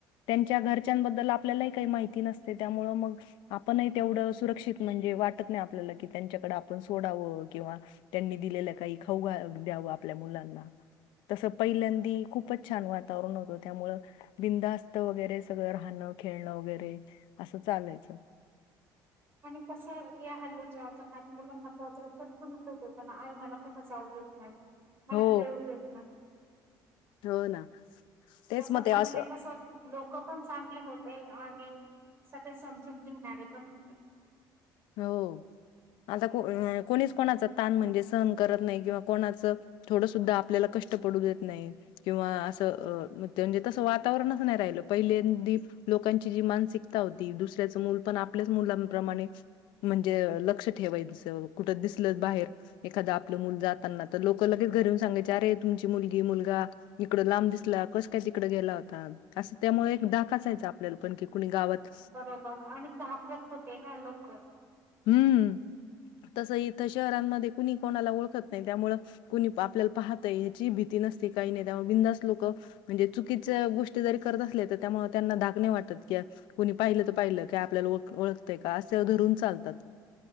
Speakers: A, on the left; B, on the right.
A: त्यांच्या घरच्यांबद्दल आपल्यालाही काही माहिती नस ते त्यामुळ मग आपणही तेवढं सुरक्षित म्हणजे वाटत नाही आपल्याला की त्यांच्याकडे आपण सोडावं किंवा त्यांनी दिलेलं काही खाऊ द्याव आपल्या मुलांना. तसं पहिल्यांदी खूपच छान वातावरण होतं त्यामुळं बिंदास्त वगैरे सगळं राहनं खेळणं वगैरे असं चालायचं.
B: आणि कसं <unintelligible> आई मला कुठं जाऊ देत नाही. मला
A: हो
B: खेळू देत नाही.
A: हो ना तेच
B: तस
A: मग ते
B: पहिले
A: असं
B: कस लोकं पण चांगले होते आणि सगळे समजून घेणारे पण होते.
A: हो. आता कोणीच कोणाच ताण म्हणजे सहन करत नाही किंवा कोणाचं थोडं सुद्धा आपल्याला क कष्ट पडू देत नाही किंवा असं म्हणजे तसं वातावरणच नाही राहिलं पहिलेंदीप लोकांची जी मानसिकता होती दुसऱ्याच मुल पण आपल्याच मुलांप्रमाणे म्हणजे लक्ष ठेवायचं कुठ दिसलं बाहेर एखाद आपलं मुल जाताना तर लोकं लगे घरी येऊन सांगायची अरे तुमची मुलगी मुलगा इकड लांब दिसला कस काय तिकडं गेला होता अस ते त्यामुळं एक धाक असायचा. आपल्याला पण की कुणी गावात
B: बरोबर आणि घाबरत होते ना लोकं.
A: हम्म. तस इथं शहरांमध्ये कुणी कोणाला ओळखत नाही त्यामुळं कुणी आपल्याला पाहतंय ह्याची भीती नसते काही नं त्यामुळं बिनधास्त लोकं म्हणजे चुकिच्या गोष्टी जरी करत असल्या तरी त्यामुळं त्यांना धाक नाही वाटत. क्या कुणी पाहिलं तर पाहिलं का आपल्यालाओ ओळतंय का असे धरून चालतात.